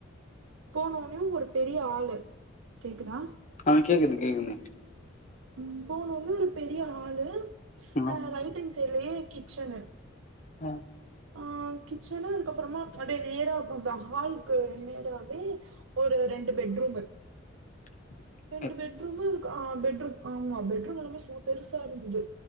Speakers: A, on the right; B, on the left.
A: போனோன்யும் ஒரு பெரிய ஆலு கேக்குதா
B: ஆ கேக்குது கேக்குது
A: ம் போனோனே ஒரு பெரிய ஹாலு
B: ஆ
A: அ ரைட்டன் சைட்லயே கிச்சனு
B: ஆ
A: ஆ கிச்சனு அதுக்கப்றமா அப்டியே நேரா அந்த ஹால்க்கு நேராவே ஒரு ரெண்டு பெட்ரூமு
B: <inaudible>
A: ரெண்டு பெட்ரூமு ஒரு ஆ பெட்ரூம் ஆமா பெட்ரூம் எல்லாமே செம பெருசா இருந்துது